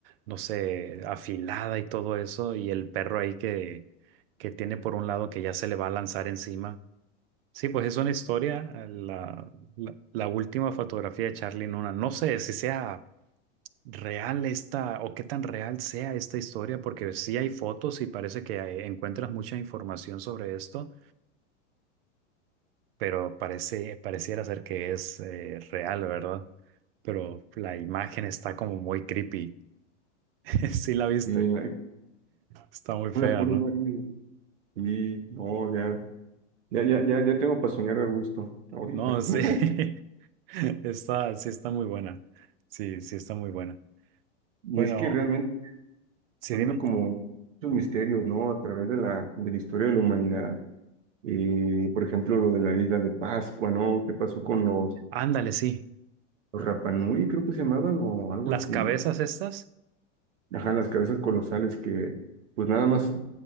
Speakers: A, on the right; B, on the right.
A: no sé, afilada y todo eso, y el perro ahí que, que tiene por un lado que ya se le va a lanzar encima. Sí, pues es una historia, la, la, la última fotografía de Charlie Nuna. No sé si sea real esta o qué tan real sea esta historia, porque sí hay fotos y parece que hay- encuentras mucha información sobre esto, pero parece, pareciera ser que es eh, real, ¿verdad? Pero la imagen está como muy creepy. <laughs> Sí la viste.
B: Y la-
A: Está muy
B: Una
A: fea,
B: pura
A: ¿no?
B: imagen. Y no, ya, ya, ya, ya, ya tengo para soñar a gusto ahorita.
A: No, sí.
B: <laughs>
A: <laughs> Está, sí está muy buena. Sí, sí está muy buena.
B: Y
A: Bueno,
B: es que realmente
A: sí,
B: ha
A: dime.
B: habido como muchos misterios, ¿no? A través de la, de la historia de la humanidad. Eh, por ejemplo, lo de la isla de Pascua, ¿no? ¿Qué pasó con los,
A: Ándale, sí.
B: los Rapa Nui, creo que se llamaban, o algo
A: Las
B: así?
A: cabezas estas.
B: Ajá, las cabezas colosales que, pues nada más,